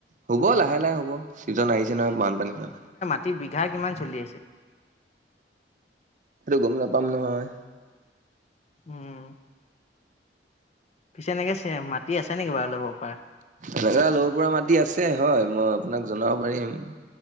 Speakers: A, on the right (about 45°); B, on the left (about 40°).
A: হ'ব
B: উম,
A: লাহে লাহে হ'ব চিজন আহিছে নহয় বানপানী হোৱা।
B: তি বিঘা কিমান চলি আছে?
A: সেটো গম নাপাম নহয়।
B: উম। পিছে এনেকে চে মাটি আছে নেকি বাও ল'ব পাৰা?
A: এনেকা ল'ব পৰা মাটি আছে হয় মই আপোনাক জনাব পাৰিম।